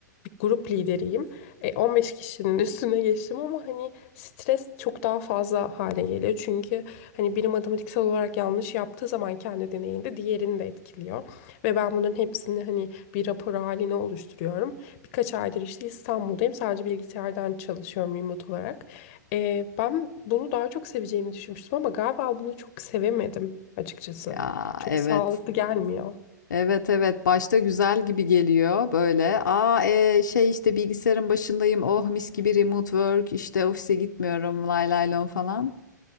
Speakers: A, on the left; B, on the left.
A: bir grup lideriyim. E, 15 kişinin üstüne geçtim ama hani stres çok daha fazla hale geliyor. Çünkü hani biri matematiksel olarak yanlış yaptığı zaman kendi deneyinde diğerini de etkiliyor. Ve ben bunların hepsini hani bir rapor haline oluşturuyorum. Birkaç aydır işte İstanbul'dayım. Sadece bilgisayardan çalışıyorum remote olarak. E, ben bunu daha çok seveceğimi düşünmüştüm ama galiba bunu çok sevemedim açıkçası.
B: Ya,
A: Çok
B: evet.
A: sağlıklı gelmiyor.
B: Evet, evet. Başta güzel gibi geliyor böyle. A, e şey, işte, bilgisayarın başındayım, oh mis gibi remote work, işte, ofise gitmiyorum, lay lay lom falan.